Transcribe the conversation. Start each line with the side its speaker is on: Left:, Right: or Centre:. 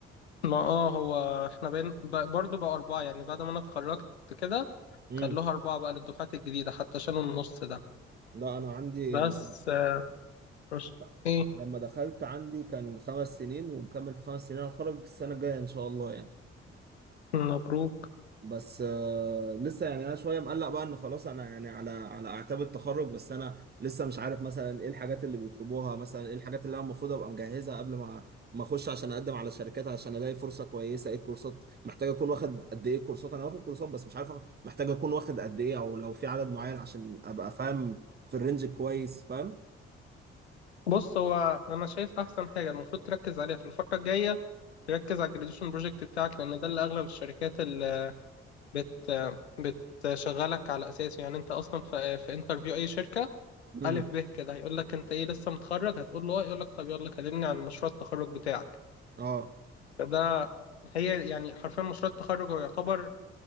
Left: ما اه هو احنا بين ب- برضه بقى أربعة يعني بعد ما أنا اتخرجت كده
Right: امم
Left: خلوها أربعة بقى للدفعات الجديدة حتى شالوا النص ده
Right: لا انا عندي
Left: بس
Right: ال-
Left: آه، مش
Right: لا.
Left: إيه
Right: لما دخلت عندي كان خمس سنين ومكمل في خمس سنين هتخرج السنه الجايه ان شاء الله يعني
Left: مبروك
Right: بس آه، لسه يعني انا شويه مقلق بقى ان خلاص انا يعني على على اعتاب التخرج بس انا لسه مش عارف مثلا ايه الحاجات اللي بيطلبوها مثلا ايه الحاجات اللي انا المفروض ابقى مجهزها قبل ما ما اخش عشان اقدم على شركات عشان الاقي فرصه كويسه ايه الكورسات محتاج اكون واخد قد ايه كورسات انا واخد كورسات بس مش عارف آخد- محتاج اكون واخد قد ايه او لو في عدد معين عشان ابقى فاهم في الرينج كويس فاهم
Left: بص هو أنا شايف أحسن حاجة المفروض تركز عليها في الفترة الجاية تركز على الجراديشن بروجكت بتاعك لأن ده اللي أغلب الشركات اللي بت بتشغلك على أساسه يعني أنت أصلا في, في انترفيو أي شركة
Right: امم
Left: ألف به كده هيقول لك أنت إيه لسه متخرج هتقول له آه يقول لك طب يلا كلمني عن مشروع التخرج بتاعك
Right: اه
Left: فده هي يعني حرفيا مشروع التخرج هو يعتبر